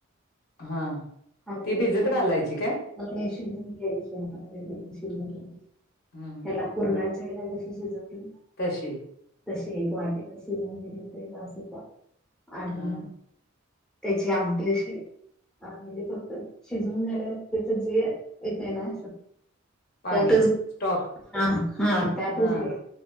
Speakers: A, on the left (about 50°); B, in the centre.
A: हा
B: हरबऱ्याची
A: ती भिजत
B: भाजी
A: घालायची काय
B: चांगली शिजवून घ्याची.
A: हम्म
B: हेला पूर्णाच्या हेला कस शिजवून घेतो.
A: तशी.
B: तशी एक वाटीला शिजवून घेतली तरी बास होत्या आणि.
A: हा
B: त्याचे आमटी अशी. हा म्हणजे फक्त शिजवून झाल्या त्याच जे येतय ना.
A: पाणी
B: त्यातच
A: स्टॉक
B: हा त्यातच
A: हा
B: घे.